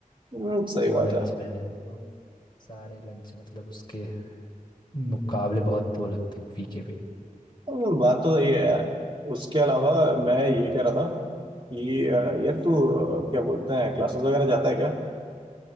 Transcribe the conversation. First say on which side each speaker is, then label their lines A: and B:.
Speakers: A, on the right; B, on the left.
A: हम्म, सही
B: वो
A: बात
B: लंच
A: है
B: मिल जाए तो सारे लंच मतलब उसके मुकाबले बहुत वो लगते हैं फीके फिर
A: हम्म, बात तो ये है यार उसके अलावा मैं ये कह रहा था कि अ, यार तू अ, क्या बोलते हैं क्लासेस वगैरह जाता है क्या